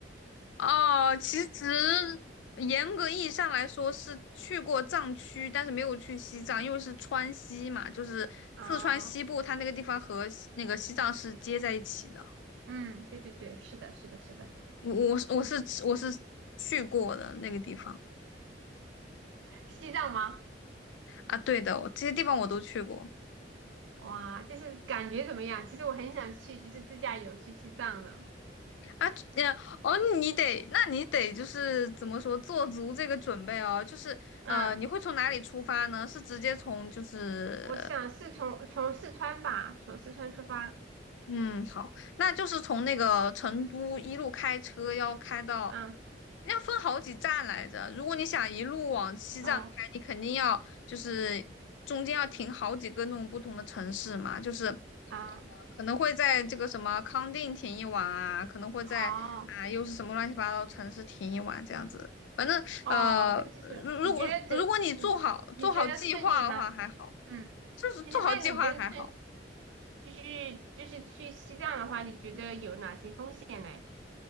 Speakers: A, on the left (about 80°); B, on the right (about 85°).
A: 哦，其实严格意义上来说是去过藏区，但是没有去西藏，因为是川西嘛，就是四川西部，
B: 啊，
A: 它那个地方和西那个西藏是接在一起的。
B: 嗯，对对对，是的，是的，是的，
A: 我我是我是我是去过的那个地方
B: 西藏吗？
A: 啊，对的，我这些地方我都去过。
B: 哇，就是感觉怎么样？其实我很想去，就是自驾游去西藏的，
A: 啊，呀，哦，你得，那你得就是怎么说，做足这个准备哦。就是呃，
B: 嗯。
A: 你会从哪里出发呢？是直接从就是
B: 我想是从从四川吧，从四川出发。
A: 嗯，好，那就是从那个成都一路开车要开到，
B: 嗯
A: 要分好几站来着。如果你想一路往西藏开，
B: 嗯
A: 你肯定要就是中间要停好几个那种不同的城市嘛，就是
B: 啊
A: 可能会在这个什么康定停一晚啊，可能会在啊又是什么乱七八糟城市停一晚这样子。
B: 哦
A: 反正呃，
B: 哦，那就是你觉得怎你你觉得顺利吗？
A: 如如果如果你做好做好计划的话还好，
B: 嗯，
A: 就是做好计划还好，
B: 就是那你觉得是就是就是去西藏的话，你觉得有哪些风险呢？